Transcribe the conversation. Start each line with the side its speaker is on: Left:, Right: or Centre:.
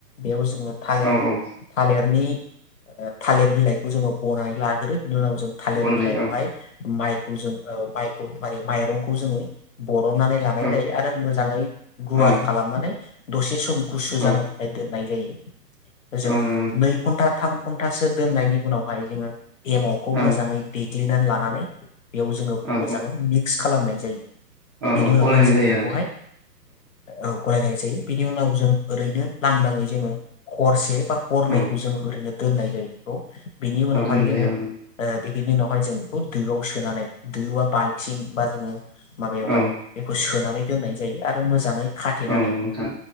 Left: बेयाव जों थालिर
Right: औ औ
Left: थालिरनि थालिर बिलाइखौ जोङो बनानै लाग्रो बेनि उनाव जों थालिर
Right: बनानै
Left: बिलाइयावहाय
Right: औ
Left: माइ जों माइखौ माने माइरंखौ जोङो बरननानै लानाय
Right: औ
Left: जायो आरो मोजाङै गुवार
Right: औ
Left: खालामनानै दसे सम गुसु
Right: औ
Left: जानो थाखायदों नाय जायो जोङो
Right: औ नंगौ
Left: नै घन्टा थाम घन्टासो दोननायनि उनावहाय जोङो एमावखौ
Right: औ
Left: मोजाङै दे ग्लिनानै लानानै बेयाव जोङो
Right: औ
Left: मोजाङै मिक्स खालामनाय जायो
Right: औ
Left: बेनि उनावहाय
Right: गलायनाय
Left: जोङो
Right: जायो
Left: बेखौहाय
Right: आरो नोंथां
Left: औ गलायनाय जायो बिनि उनाव जों ओरैनो लांदाङै जोङो हरसे हरनैखौ
Right: औ
Left: जों ओरैनो दोननाय जायो बेखौ बेनि उनावहाय
Right: औ दोननाय
Left: जोङो
Right: जायो
Left: ओ
Right: औ नंगौ
Left: बेनि उनावहाय जों बेखौ दोआव सोनानै दो बा बाल्थिं बा जोङो माबायावहाय
Right: औ
Left: बेखौ सोन नानै दोननाय जायो आरो मोजाङै खाथेनानै
Right: औ नंगौ नोंथां